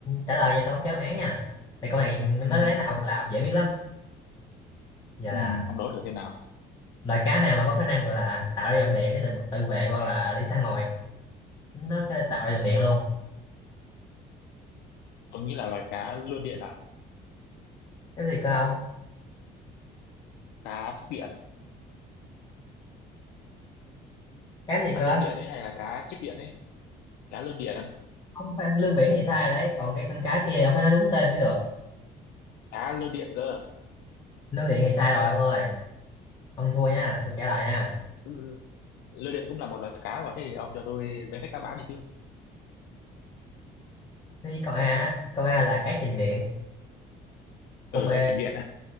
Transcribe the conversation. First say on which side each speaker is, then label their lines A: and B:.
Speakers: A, on the left; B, on the left.
A: trả lời nha tôi không cho đáp án nha tại câu này nó
B: ừ,
A: đáp án là ông là ông dễ biết lắm giờ
B: ừ,
A: là
B: ông đố thử xem nào
A: loài cá nào mà có khả năng gọi là tạo ra dòng điện để tự tự vệ hoặc là đi săn mồi nó có thể tạo ra dòng điện luôn
B: tôi nghĩ là loài cá lươn điện nào
A: cái gì cơ không
B: cá chích điện
A: cá gì cơ
B: cá lươn điện ấy hay là cá chích điện ấy cá lươn điện
A: ông phải lương biển thì sai rồi đấy còn cái con cá kia thì ông phải nói đúng tên mới được
B: cá lươn điện cơ
A: lương điện thì sai rồi ông ơi ông thua nha tôi trả lời nha
B: Ừ, lươn điện cũng là một loài cá mà thế thì ông cho tôi danh sách đáp án đi chứ
A: Thì câu A á, câu A là cái trình điện câu
B: ừ
A: B
B: cá trình điện